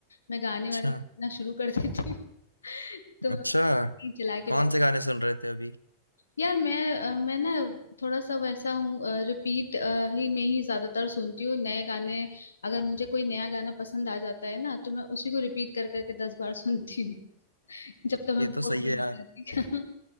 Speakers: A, on the left (about 75°); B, on the left (about 80°).
A: मैं गाने वाने
B: अच्छा
A: सुनना शुरू कर देती हूँ <laughs> तो मैं
B: अच्छा
A: नहीं चला
B: कौन
A: के बैठ
B: से गाने सुन रहे थे अभी
A: यार मैं अ, मैं ना थोड़ा सा वैसा हूँ रिपीट ही में ही ज्यादातर सुनती हूँ नए गाने अगर मुझे कोई नया गाना पसंद आ जाता है ना तो मैं उसी को रिपीट कर करके दस बार सुनती हूँ <laughs> जब तक मैं
B: ये
A: बोर
B: तो सही
A: नहीं
B: है यार
A: हो जाती <laughs>